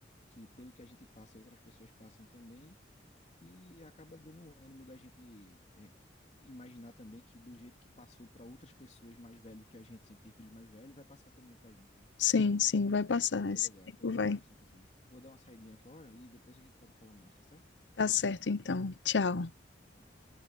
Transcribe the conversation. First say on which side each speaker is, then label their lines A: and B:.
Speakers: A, on the left; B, on the left.
A: que pelo que a gente passa, outras pessoas passam também, e acaba dando um ânimo da gente é, imaginar também que do jeito que passou para outras pessoas mais velhas que a gente, sem ter filhos mais velhos, vai passar também pra gente, né?
B: sim, sim, vai passar.
A: Foi
B: Esse
A: legal,
B: tempo
A: foi legal
B: vai.
A: conversar contigo. Vou dar uma saidinha agora e depois a gente pode falar mais, tá certo?
B: Tá certo, então. Tchau.
A: Tchau.